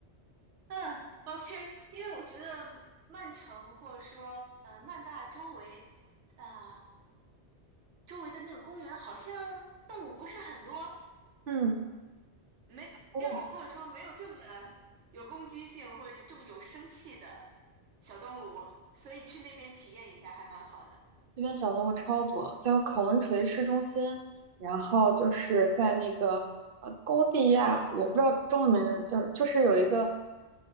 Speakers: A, on the right; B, on the right.
A: 嗯，OK，因为我觉得曼城或者说呃曼大周围，啊、周围的那个公园好像动物不是很多，
B: 嗯。
A: 没没有，
B: 哦
A: 或者说没有这么有攻击性，或者有这么有生气的小动物，所以去那边体验一下还蛮好的。
B: 这边小动物超多，在考文垂市中心，然后就是在那个呃高地亚，我不知道中文名叫，就是有一个